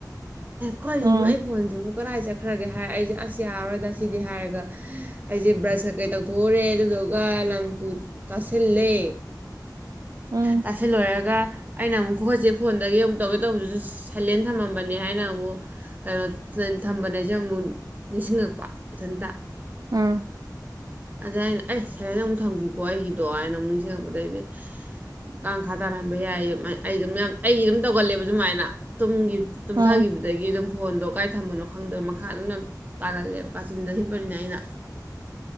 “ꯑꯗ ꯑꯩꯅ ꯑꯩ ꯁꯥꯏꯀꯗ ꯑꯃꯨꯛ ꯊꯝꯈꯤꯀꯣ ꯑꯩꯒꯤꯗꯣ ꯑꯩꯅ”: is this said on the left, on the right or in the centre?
Right